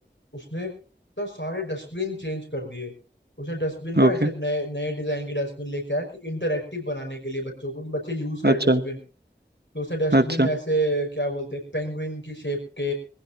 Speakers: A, on the left; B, on the right.
A: उसने इतना सारे डस्टबिन चेंज कर दिए उसने डस्टबिन ना
B: ओके
A: ऐसे नए नए डिजाइन के डस्टबिन लेके आया कि इंटरेक्टिव बनाने के लिए बच्चों को कि बच्चे यूज करें
B: अच्छा
A: डस्टबिन तो उसने डस्टबिन
B: अच्छा
A: ऐसे क्या बोलते हैं पेंगुइन की शेप के